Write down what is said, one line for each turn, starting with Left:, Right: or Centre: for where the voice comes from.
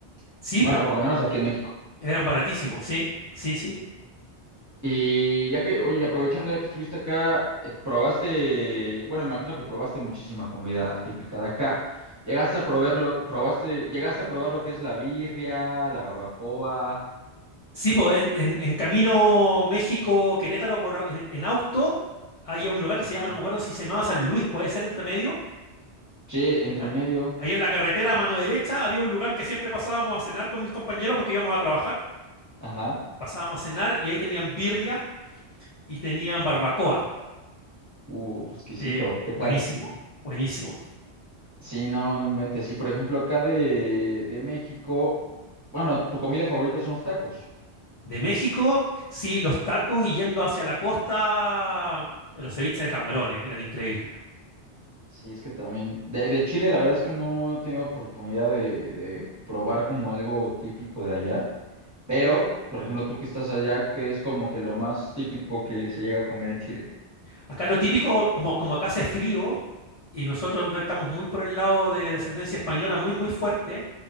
Left: Sí,
Right: Bueno,
Left: po,
Right: por lo menos aquí en México.
Left: eran baratísimos, sí, sí, sí.
Right: Y ya que, oye, y aprovechando ya que estuviste acá, eh, probaste, bueno, me imagino que probaste muchísima comida típica de acá. Llegaste a probar lo, probaste, llegaste a probar lo que es la birria, la barbacoa,
Left: Sí, pues en, en- en camino México-Querétaro por, en, en auto hay un lugar
Right: ajá.
Left: que se llama, no me acuerdo si se llamaba San Luis, puede ser entre medio,
Right: Che, entre
Left: a-
Right: medio,
Left: Ahí en la carretera a mano derecha había un lugar que siempre pasábamos a cenar con mis compañeros porque íbamos a trabajar.
Right: ajá.
Left: Pasábamos a cenar y ahí tenían birria y tenían barbacoa.
Right: Uh, exquisito,
Left: Sí,
Right: ¿qué tal?
Left: buenísimo, buenísimo.
Right: Sí, no, no inventes. Y por ejemplo, acá de, de México, bueno, tu comida favorita son los tacos.
Left: De México, sí, los tacos y yendo hacia la costa, eh, los ceviches de camarones eran increíbles.
Right: Sí, es que también. De, de Chile, la verdad es que no he tenido oportunidad de, de probar como algo típico de allá. Pero, por ejemplo, tú que estás allá, ¿qué es como que lo más típico que se llega a comer en Chile?
Left: Acá lo típico, como, como acá hace frío y nosotros ve- estamos muy por el lado de descendencia española, muy, muy fuerte,